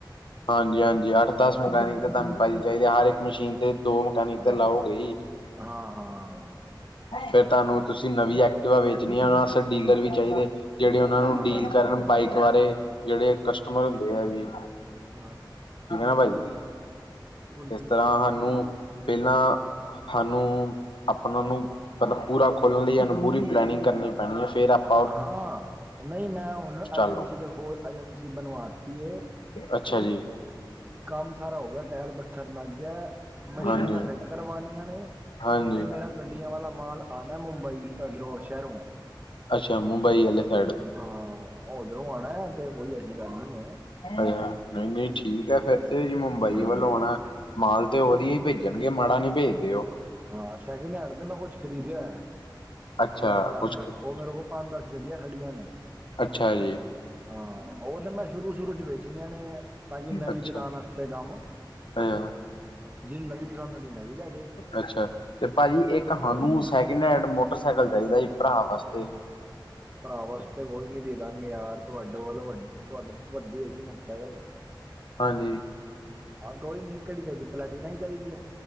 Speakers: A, on the left; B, on the right.
A: ਹਾਂਜੀ-ਹਾਂਜੀ ਅੱਠ-ਦਸ ਮਕੈਨਿਕ ਤੇ ਤੁਆਨੂੰ ਪਾਜੀ ਚਾਈਦੇ, ਹਰ ਮਸ਼ੀਨ ਤੇ ਦੋ ਮਕੈਨਿਕ
B: ਹਾਂ
A: ਤਾਂ ਲਾਓ ਗੇਈ।
B: ਹਾਂ ਹਾਂ
A: ਫੇਰ ਤਾਨੂੰ ਤੁਸੀਂ ਨਵੀਂ ਐਕਟਿਵਾ ਵੇਚਣੀ ਆ, ਓਨਾ ਵਾਸਤੇ ਡੀਲਰ ਵੀ ਚਾਈਦੇ ਜੇੜੇ ਓਨਾਂ
B: ਹਾਂ
A: ਨੂੰ ਡੀਲ ਕਰਨ ਬਾਈਕ ਬਾਰੇ ਜੇੜੇ ਕਸਟਮਰ ਹੁੰਦੇ ਆ ਵੀ।
B: ਹਾ।
A: ਠੀਕੈ ਨਾ ਬਾਈ,
B: ਬਿਲਕੁਲ
A: ਇਸ ਤਰ੍ਹਾਂ
B: ਭਾਜੀ
A: ਹਾਨੂੰ ਪੈਲਾਂ ਹਾਨੂੰ ਅਪਨਾ ਨੂੰ ਮਤਲਬ ਪੂਰਾ ਖੋਲਣ ਲਈ ਏਨੂੰ ਪੂਰੀ ਪਲੈਨਿੰਗ ਕਰਨੀ ਪੈਣੀਏ, ਫੇਰ ਆਪ
B: ਹਾਂ, ਨਈ ਮੈਂ ਹੁਨ
A: ਚਾਲੂ
B: ਅਜੰਸੀ ਦੇ ਕੋਲ ਅਜੰਸੀ ਬਣਵਾਤੀਏ।
A: ਅੱਛਾ ਜੀ।
B: ਕੰਮ ਸਾਰਾ ਹੋ ਗਯਾ, ਟੈਲ ਪੱਥਰ ਲੱਗ ਗਿਆਂ, ਮਸ਼ੀਨਾਂ
A: ਹਾਂਜੀ
B: ਫਿੱਟ ਕਰਵਾਉਣੀਆਂ ਨੇ।
A: ਹਾਂਜੀ
B: ਤੇ ਮੇਰਾ ਗੱਡੀਆਂ ਵਾਲਾ ਮਾਲ ਆਣਾ ਏ ਮੁੰਬਈ ਇੱਧਰੋਂ ਸ਼ਹਿਰੋਂ
A: ਅੱਛਾ, ਮੁੰਬਈ ਆਲੇ ਸਾਈਡ
B: ਹਾਂ, ਓਦਰੋਂ ਆਣਾ ਤੇ ਕੋਈ ਐਸੀ ਗੱਲ ਨਈ ਐ।
A: ਅ ਨਈ-ਨਈ ਠੀਕੈ ਫੇਰ। ਤੇ ਜੀ ਮੁੰਬਈ
B: ਹਾਂ
A: ਵੱਲੋਂ ਆਣਾ, ਮਾਲ ਤੇ ਵਧੀਆ ਈ ਭੇਜਣਗੇ ਮਾੜਾ ਨੀ ਪੇਜਦੇ ਓ।
B: ਹਾਂ ਸੈਕਿੰਡ ਹੈਂਡ ਤੇ ਮੈਂ ਕੁਛ ਖਰੀਦਿਆ
A: ਅੱਛਾ
B: ਹੋਯਾ <unintelligible>
A: ਕੁਛ
B: ਓ ਮੇਰੇ ਕੋਲ ਪੰਜ-ਦੱਸ ਗੱਡੀਆਂ ਖੜੀਆਂ ਨੇ।
A: ਅੱਛਾ ਜੀ।
B: ਹਾਂ, ਓ ਤਾਂ ਮੈਂ ਸ਼ੁਰੂ-ਸ਼ੁਰੂ‌ ਚ ਵੇਚਣੀਆਂ ਨੇ ਤਾਂ ਕਿ ਨਵੀਂ
A: ਅੱਛਾ
B: ਚਲਾਣ ਆਸਤੇ ਕੰਮ
A: ਅੱਛਾ।
B: ਜਿਨੂੰ ਨਵੀਂ ਪਸੰਦ ਨਵੀ ਲੈਜੇ।
A: ਅੱਛਾ ਤੇ ਪਾਜੀ, ਇੱਕ ਸਾਨੂੰ ਸੈਕਿੰਡ ਹੈਂਡ ਮੋਟਰਸਾਈਕਲ ਚਾਈਦਾ ਸੀ ਪਰਾ ਵਾਸਤੇ।
B: ਪਰਾ ਵਾਸਤੇ ਕੋਈ ਨੀ ਦੇ ਦਾਂਗੇ ਯਾਰ ਤੁਆਡੇ ਵੱਲ ਵੱ ਤੁਆਡੇ ਤੋ ਵੱਡੀ ਹੈਗੀ ਮੋਟਰ ਸੈਕਲ।
A: ਹਾਂਜੀ।
B: ਹਾਂ ਕੋਈ ਨੀ ਕੇੜੀ ਚਾਈਦੀ, ਪਲੈਟੀਨਾ ਹੀ ਚਾਈਦੀ ਐ?